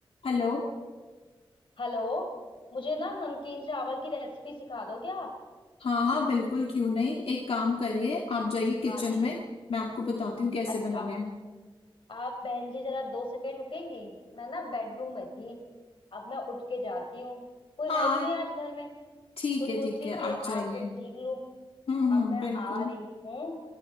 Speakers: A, on the left; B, on the left.
A: Hello
B: Hello मुझे ना नमकीन चावल की रेसिपी सिखा दोगे आप
A: हाँ हाँ बिल्कुल क्यों नहीं एक काम करिए आप जाइए किचन
B: हाँ जी
A: में मैं आपको बताती हूँ कैसे
B: अच्छा
A: बनाने हैं
B: आप बहन जी जरा दो सेकंड रुकेंगी मैं ना बेडरूम में थी अब मैं उठ के जाती हूँ कोई
A: हाँ
B: है ही नहीं आज घर में
A: ठीक
B: तो
A: है
B: सोची
A: ठीक है
B: कि
A: आप जाइए
B: आपसे सीख लूँ
A: हम्म
B: अब
A: हम्म
B: मैं
A: बिल्कुल
B: आ रही हूँ